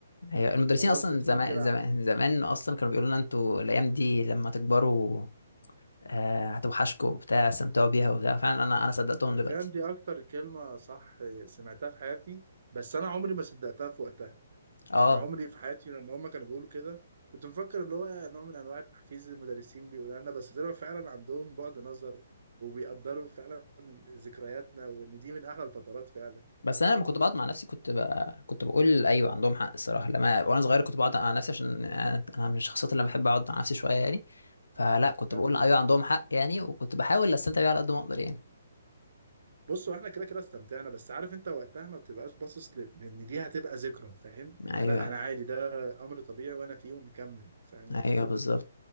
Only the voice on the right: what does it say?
خلاص
بتكون
كده
حرفيا
دي اكتر كلمه صح سمعتها في حياتي بس انا عمري ما صدقتها في وقتها
يعني عمري في حياتي لما هما كانوا بيقولوا كده كنت مفكر اللي هو نوع من انواع التحفيز اللي المدرسين بيقولوا لنا بس طلعوا فعلا عندهم بعد نظر وبيقدروا فعلا ذكرياتنا وان دي من احلى الفترات فعلا
حلو
جدا
بص هو احنا كده كده استمتعنا بس عارف انت وقتها ما بتبقاش باصص ل- لان دي هتبقى ذكرى فاهم ان
لا انا عادي ده امر طبيعي وانا فيه ومكمل فاهم الفكره